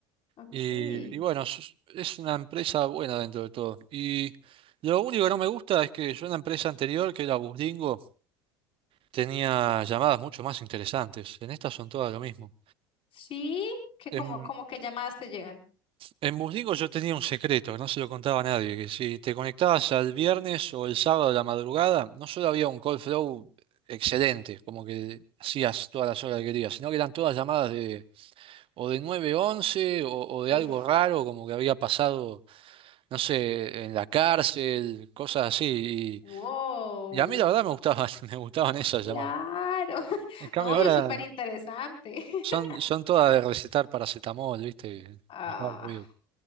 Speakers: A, on the left; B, on the right.
A: ok.
B: Y, y bueno, es es una empresa buena dentro de todo. Y lo único que no me gusta es que yo en la empresa anterior, que era Busdingo, tenía llamadas mucho más interesantes. En estas son todas lo mismo.
A: Sí, que
B: En,
A: como, como que llamadas te llegan.
B: en Busdingo yo tenía un secreto que no se lo contaba a nadie, que si te conectabas al viernes o el sábado de la madrugada, no solo había un call flow excelente, como que hacías todas las horas que querías, sino que eran todas llamadas de o de 911 o, o de
A: Uf.
B: algo raro, como que había pasado. no sé, en la cárcel, cosas así. Y,
A: Wow,
B: y a mí la verdad me gustaban, <laughs> me gustaban esas
A: claro.
B: llamadas.
A: <laughs>
B: En cambio
A: Novio,
B: ahora
A: súper interesante. <laughs>
B: son, son todas de recetar paracetamol, ¿viste?
A: Ah,
B: Y va al río.